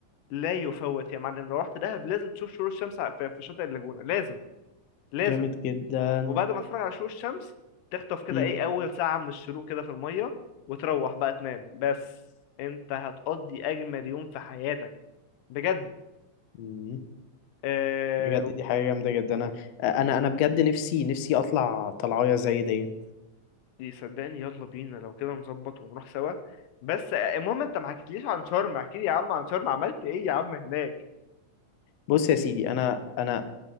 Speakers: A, on the left (about 85°); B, on the left (about 70°).
A: لا يفوت يا معلم لو رحت دهب لازم تشوف شروق الشمس ع- في في شاطئ اللاجونة لازم لازم
B: جامد جدا
A: وبعد ما تتفرج على شروق الشمس تخطف كده
B: امم
A: ايه اول ساعة من الشروق كده في المية وتروح بقى تنام بس انت هتقضي اجمل يوم في حياتك بجد
B: امم
A: آه...
B: بجد دي حاجة جامدة جدا انا انا انا بجد نفسي نفسي اطلع طلعايه زي ديت
A: صدقني يلا بينا لو كده نظبط ونروح سوا بس آه، المهم انت ما حكيتليش عن شرم احكي لي يا عم عن شرم عملت ايه يا عم هناك
B: بص يا سيدي انا انا